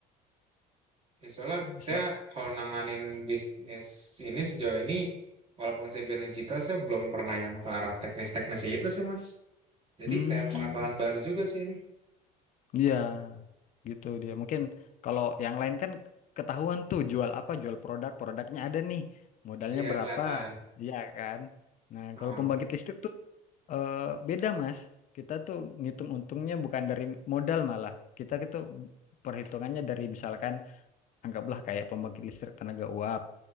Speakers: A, on the right; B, on the left.
A: Ya, soalnya
B: so,
A: saya kalau nanganin bisnis ini sejauh ini, walaupun saya bidang digital, saya belum pernah yang ke arah teknis-teknis itu sih, Mas. Jadi
B: hmm
A: kayak pengetahuan baru juga sih ini.
B: Iya, gitu dia. Mungkin kalau yang lain kan ketahuan tuh jual apa, jual produk, produknya ada nih, modalnya
A: Iya,
B: berapa,
A: kelihatan.
B: iya kan. Nah,
A: Heeh.
B: kalau pembangkit listrik tuh eh, beda Mas. Kita tuh ngitung untungnya bukan dari modal malah. Kita itu perhitungannya dari misalkan anggaplah kayak pembangkit listrik tenaga uap.